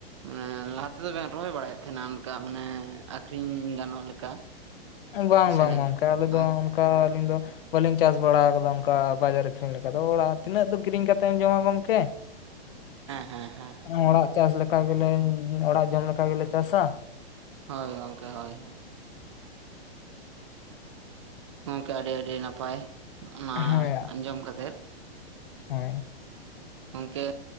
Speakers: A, on the right; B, on the left.
A: ᱢᱟᱱᱮ ᱞᱟᱦᱟ ᱛᱮᱫᱚ ᱵᱮᱱ ᱨᱚᱦᱚᱭ ᱵᱟᱲᱟᱭᱮᱜ ᱛᱟᱦᱮᱸᱱᱟ ᱚᱱᱠᱟ ᱢᱟᱱᱮ ᱟᱠᱷᱨᱤᱧ ᱜᱟᱱᱚᱜ ᱞᱮᱠᱟ᱾
B: ᱵᱟᱝ
A: ᱥᱮ
B: ᱵᱟᱝ
A: ᱦᱮᱸ
B: ᱜᱚᱝᱠᱮ ᱟᱞᱮ ᱫᱚ ᱚᱱᱠᱟ ᱟᱹᱞᱤᱧ ᱫᱚ ᱵᱟᱞᱤᱧ ᱪᱟᱥ ᱵᱟᱲᱟ ᱠᱟᱫᱟ ᱚᱱᱠᱟ ᱵᱟᱡᱟᱨ ᱞᱮᱠᱟ ᱫᱚ ᱚᱲᱟᱜ ᱛᱤᱱᱟᱹᱜ ᱫᱚ ᱠᱤᱨᱤᱧ ᱠᱟᱛᱮᱢ ᱡᱚᱢᱟ ᱜᱚᱢᱠᱮ
A: ᱦᱮᱸ ᱦᱮᱸ
B: ᱟᱸᱜ ᱚᱲᱟᱜ ᱪᱟᱥ ᱞᱮᱠᱟ ᱜᱮᱞᱮᱧ ᱚᱲᱟᱜ ᱡᱚᱢ ᱞᱮᱠᱟ ᱜᱮᱞᱮ ᱪᱟᱥᱟ᱾
A: ᱦᱳᱭ ᱜᱚᱢᱠᱮ ᱦᱳᱭ ᱦᱳᱭ᱾ ᱜᱚᱢᱠᱮ ᱟᱰᱤ ᱟᱰᱤ ᱱᱟᱯᱟᱭ᱾ ᱚᱱᱟ
B: ᱦᱳᱭ
A: ᱟᱸᱡᱚᱢ ᱠᱟᱛᱮᱫ᱾
B: ᱦᱳᱭ
A: ᱜᱚᱝᱠᱮ